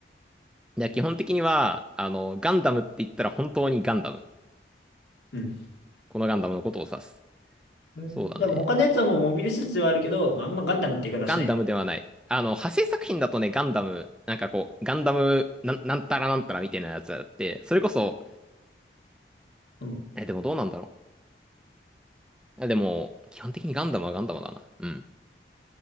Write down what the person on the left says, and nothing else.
うん。
うんでも他のやつはもうモビルスーツではあるけど、
まあ、あんまガンダムって言い方はしないんだ。
うん。